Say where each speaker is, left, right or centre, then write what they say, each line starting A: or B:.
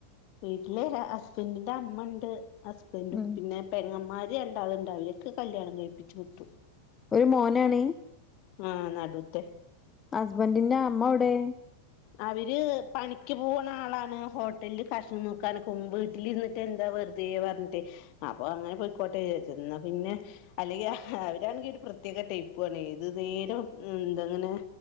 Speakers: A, on the left (about 45°); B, on the left (about 20°).
A: വീട്ടിലെ ഹസ്ബൻഡിന്റെ അമ്മണ്ട് ഹസ്ബൻറും
B: ഉം
A: പിന്നെ പെങ്ങമ്മാര് രണ്ടാള്ണ്ട് അവരൊക്കെ കല്യാണം കഴിപ്പിച്ച് വിട്ടു.
B: ഒരു മോനാണ
A: ആഹ് അടുത്തെ
B: ഹസ്ബൻറിിന്റെ അമ്മ എടേ
A: അവര് പണിക്ക് പോകണ ആളാണ് ഹോട്ടലില് കഷണം നോക്കാനൊക്കെ വീട്ടിൽ ഇന്നിട്ട് എന്താ വെറുത ത പറഞ്ഞിട്ടെ അപ്പൊ അങ്ങനെ പോയിക്കോട്ടെ ചെന്ന പിന്നെ അല്ലെങ്കിൽ അവരാണെങ്കിൽ ഒരു പ്രത്യേക ടൈപ്പണ് ഏതു നേരം എന്തങ്ങനെ